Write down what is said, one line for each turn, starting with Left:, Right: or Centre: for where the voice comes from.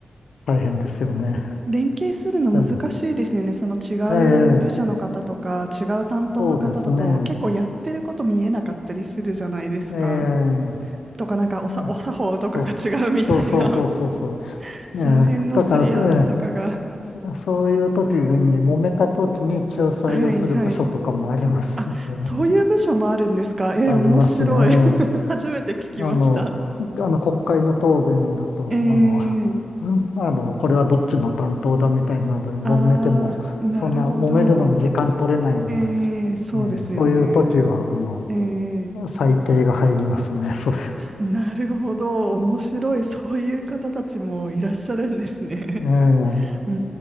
Left: 大変ですよね。
Right: 連携するの難しいですよね。
Left: でね
Right: その違う部署の方とか、
Left: ええ、
Right: 違う担当の方だと、
Left: そうですね。
Right: 結構やってること見えなかったりするじゃないですか。
Left: ええ、
Right: とか、なんかおさ、
Left: ねそう、
Right: お作法とかが違うみたいな、
Left: そうそうそうそうそう。
Right: <laughs> その辺のすり合わせとかが。
Left: ええ、だから、ええ、そそういう時に、揉めた時に仲裁をする部署とかもありますのでね。
Right: はいはい。あ、そういう部署もあるんですか。
Left: <laughs>
Right: えー、
Left: ありますね。
Right: 面白い。
Left: あ
Right: <laughs> 初めて聞きました。
Left: の、あの国会の答弁だと、
Right: えー、
Left: あの、<laughs> あの、これはどっちの担当だみたいなので揉めても、
Right: あー、なるほど。
Left: そんな揉めるのに時間取れないので、
Right: えー、そうですよね。
Left: えーそういう時は、あの、
Right: えー
Left: 裁定が入りますね。<laughs> そう、
Right: なるほど。面白い。そういう方たちもいらっしゃるんですね。
Left: えー
Right: <laughs> うー